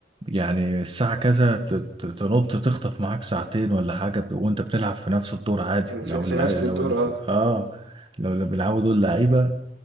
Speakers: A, on the right (about 30°); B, on the right (about 80°).
A: يعني الساعة كذا ت- ت- تنط تخطف معاك ساعتين ولا حاجة ب- وانت بتلعب في نفس الدور عادي لو
B: في, في
A: اللع...
B: نفس
A: لو
B: الدور
A: اللي في...
B: اه
A: اه لو اللي بيلعبوا دول لعيبة